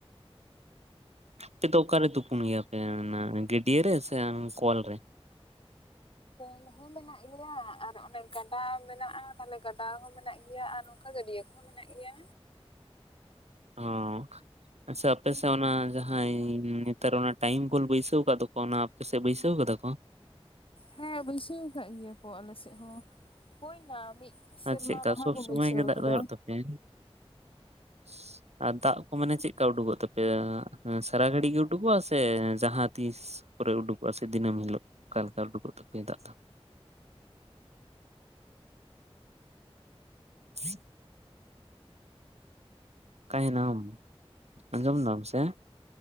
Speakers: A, on the right (about 85°); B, on the left (about 55°).
A: ᱛᱚ ᱚᱠᱟᱨᱮ ᱛᱩᱯᱩᱱ ᱜᱮᱯᱮ ᱜᱟᱹᱰᱭᱟᱹ ᱨᱮ ᱥᱮ ᱠᱚᱞ ᱨᱮ
B: ᱠᱚᱞ ᱦᱚᱸ ᱢᱮᱱᱟᱜ ᱜᱮᱭᱟ ᱟᱨ ᱚᱱᱮ ᱜᱟᱰᱟ ᱢᱮᱱᱟᱜᱼᱟ ᱛᱟᱞᱦᱮ ᱜᱟᱰᱟ ᱦᱚᱸ ᱢᱮᱱᱟᱜ ᱜᱮᱭᱟ ᱟᱨ ᱱᱚᱝᱠᱟ ᱜᱟᱹᱰᱭᱟᱹ ᱠᱚᱦᱚᱸ ᱢᱮᱱᱟᱜ ᱜᱮᱭᱟ᱾
A: ᱚ ᱟᱪᱷᱟ ᱟᱯᱮᱥᱮᱫ ᱚᱱᱟ ᱡᱟᱦᱟᱸᱟᱭ ᱱᱮᱛᱟᱨ ᱚᱱᱟ ᱴᱟᱭᱤᱢ ᱵᱩᱞ ᱵᱟᱹᱭᱥᱟᱹᱣ ᱟᱠᱟᱫ ᱫᱚᱠᱚ ᱚᱱᱟ ᱟᱯᱮᱥᱮᱫ ᱵᱤᱭᱟᱟᱣ ᱠᱟᱱᱟ? <inaudible>
B: ᱦᱮᱸ ᱵᱟᱹᱭᱥᱟᱹᱣ ᱠᱟᱫ ᱜᱮᱭᱟ ᱠᱚ ᱟᱞᱮ ᱥᱮᱫ ᱦᱚᱸ ᱦᱳᱭ ᱢᱤᱫ ᱥᱮᱨᱢᱟ
A: ᱟᱨ ᱪᱮᱫᱠᱟ
B: ᱞᱟᱦᱟ
A: ᱥᱚᱵᱽ
B: ᱠᱚᱢ
A: ᱥᱚᱢᱚᱭ
B: ᱵᱟᱹᱭᱥᱟᱹᱣ
A: ᱜᱮ ᱫᱟᱜ
B: ᱠᱟᱫᱟ᱾
A: ᱫᱚ ᱦᱩᱭᱩᱜ ᱛᱟᱯᱮᱭᱟ? <inaudible> ᱟᱨ ᱫᱟᱜ ᱠᱚ ᱢᱟᱱᱮ ᱪᱮᱞᱮᱠᱟ ᱩᱰᱩᱠᱚᱜ ᱛᱟᱯᱮᱭᱟ ᱥᱟᱨᱟ ᱜᱷᱟᱹᱲᱤ ᱜᱮ ᱩᱰᱩᱠᱚᱜᱼᱟ ᱥᱮ ᱡᱟᱦᱟᱸ ᱛᱤᱥ ᱯᱩᱨᱟᱹ ᱩᱰᱩᱠᱚᱜᱼᱟ ᱥᱮ ᱫᱤᱱᱟᱹ ᱦᱤᱞᱳᱜ ᱚᱠᱟᱮ ᱞᱮᱠᱟ ᱩᱰᱩᱠᱚᱜ ᱛᱟᱯᱮᱭᱟ ᱫᱟᱜ ᱫᱚ? ᱻ <inaudible> ᱦ <unintelligible> ᱚᱠᱟᱭ ᱱᱟᱢ ᱟᱸᱡᱚᱢ ᱫᱟᱢ ᱥᱮ?